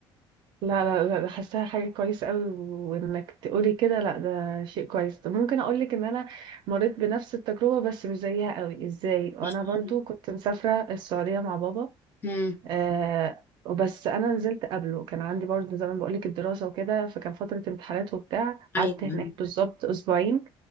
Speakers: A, on the right; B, on the left.
A: لا لا لا ده حاساها حاجة كويسة قوي وانك تقولي كده لا ده شيء كويس طب ممكن اقولك ان انا مريت بنفس التجربة بس مش زيها قوي ازاي وانا
B: احكي
A: برضو
B: لي
A: كنت مسافرة السعودية مع بابا
B: امم
A: آه وبس انا نزلت قبله كان عندي برضو زي ما بقولك الدراسة وكده فكان فترة امتحانات وبتاع قعدت
B: ايوه
A: هناك بالظبط اسبوعين